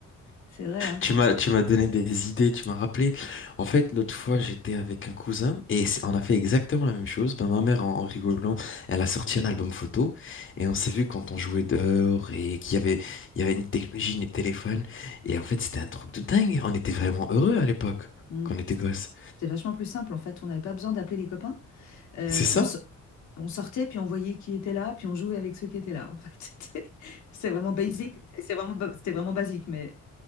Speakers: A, on the left; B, on the left.
A: C'est vrai, hein.
B: Tu m'as, tu m'as donné des idées, tu m'as rappelé. En fait, l'autre fois, j'étais avec un cousin et c'est- on a fait exactement la même chose. Ben, ma mère, en, en rigolant, elle a sorti un album photo et on s'est vu quand on jouait dehors et qu'il y avait, il y avait ni technologie, ni téléphone. Et en fait, c'était un truc de dingue. On était vraiment heureux à l'époque,
A: Mm.
B: quand on était
A: C'était
B: gosses.
A: c'était vachement plus simple en fait. On n'avait pas besoin d'appeler des copains. Euh,
B: C'est ça?
A: on, so- on sortait, puis on voyait qui était là, puis on jouait avec ceux qui étaient là. En fait, <laughs> c'était c'était vraiment basique. C'est vraiment, ba- c'était vraiment basique, mais.